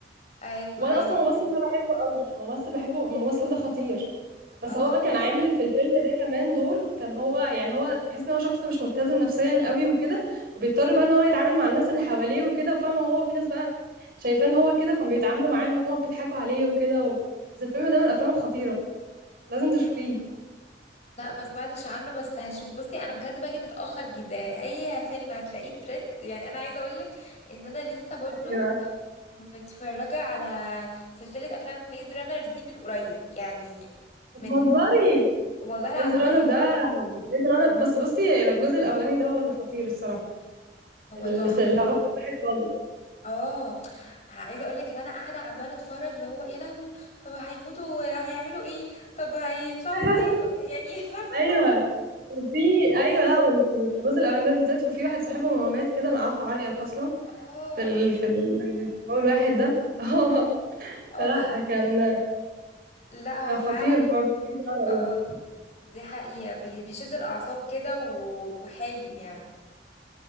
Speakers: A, on the left (about 40°); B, on the right (about 55°).
A: ايوه
B: وانا
A: ايوه
B: اصلا الممثل ده بحبه قوي الممثل بحبه الممثل ده خطير بس
A: اه
B: هو كان عامل في الفيلم ده كمان دور كان هو يعني هو تحس ان هو شخص مش متزن نفسيا قوي وكده وبيضطر بقى ان هو يتعامل مع الناس اللي حواليه وكده فاهمه هو في ناس بقى شايفان هو كده فبيتعاملوا معاه ان هو بيضحكوا عليه وكده و... بس الفيلم ده من الافلام الخطيره
A: ايوه
B: لازم تشوفيه
A: ايوه لا ما سمعتش عنه بس هشوف بصي انا بجد باجي متاخر جدا اي فيلم هتلاقيه ترند يعني انا عايزه اقولك ان انا لسه برضو
B: ايوه
A: متفرجه على سلسله افلام ميز رانر دي من قريب يعني
B: بتهزري
A: من والله العظيم
B: ميز رانر ده ميز رانر بس بصي الجزء الاولاني ده هو اللي خطير الصراحه
A: هو
B: اللي
A: تحفه
B: اللي هو واحد خالص
A: اه عايزه اقولك ان انا قاعده عماله اتفرج اللي هو يا لهوي طب هيموتوا هيعملوا ايه طب هيطلعوا
B: <laughs>
A: ازاي طب يعني <laughs> فاهمه
B: ايوه
A: حاسه
B: وفي ايوه لا وال- الجزء الاولاني ده بالذات وفي واحد صاحبهم هو مات كده انا قعدت اعيط اصلا
A: اه
B: في ال... في ال... اول واحد ده <laughs> اه
A: أيوة. اه
B: فلا كان
A: لا هو
B: كان خطير
A: فعلا
B: برضه كان في القمر
A: اه
B: ده.
A: دي حقيقة بي- بيشد الأعصاب كده و- وحلو يعني